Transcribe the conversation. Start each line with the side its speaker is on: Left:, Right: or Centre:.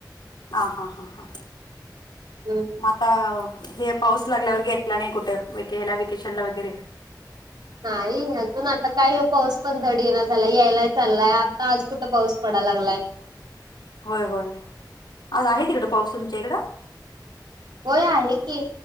Left: हा हा हा हा
Right: हम
Left: मग आता हे पाऊस लागल्यावर ग्यायला नाही कुठेला वेकेशन ला वगैरे
Right: नाही अजून आता काय हो पाऊस पण धडी ये ना झाला यायला चाललाय आता आज कुठं पाऊस पडाला लागलाय.
Left: होय होय आज आहे तिकडं पाऊस तुमच्या इकडं
Right: होय आहे की